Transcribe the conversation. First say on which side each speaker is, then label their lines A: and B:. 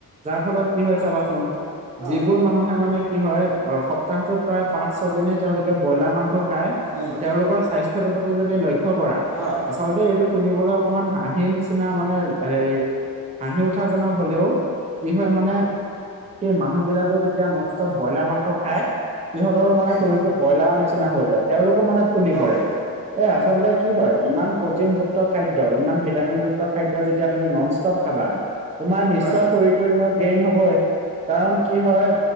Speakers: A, on the right; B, on the right.
A: যাৰ ফলত কি হয় চাবাচোন
B: অ',
A: যিবোৰ
B: অ',
A: মানুহে মানে কি হয় অৰখপ। সপ্তাহটোত প্ৰায় পাঁচ ছয় দিনে তেওঁলোকে ব্ৰইলাৰ মাংস খাই
B: অ',
A: তেওঁলোকৰ স্বাস্থ্য টোৰ প্ৰতি যদি লক্ষ্য কৰা।
B: অ।
A: আচলতে এইটো শুনিবলৈ অকমান হাঁহি নিচিনা মানে হেৰি হাঁহি উঠাজনক হলেও। কি হয় মানে সেই মানুহ বিলাকে যেতিয়া ননষ্টপ ব্ৰইলাৰ মাংস খায়। সিহঁতৰো মানে
B: উম,
A: শৰীৰটো ব্ৰইলাৰৰ নিচিনা হৈ যায় তেওঁলোকো মানে ফুলি
B: অ',
A: পৰে। এ আচলতে কি হয় ইমান। প্ৰটিনযুক্ত খাদ্য ইমান ভিটামিনযুক্ত খাদ্য যেতিয়া তুমি নন ষ্টপ খাবা। তোমাৰ নিশ্চয়
B: হয়,
A: শৰীৰটো এনেও গ্ৰেইন হবই। কাৰণ কি হয়